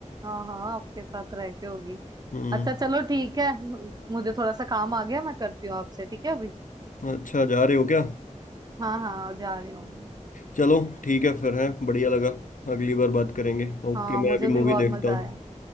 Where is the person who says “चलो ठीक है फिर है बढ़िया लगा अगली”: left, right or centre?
Left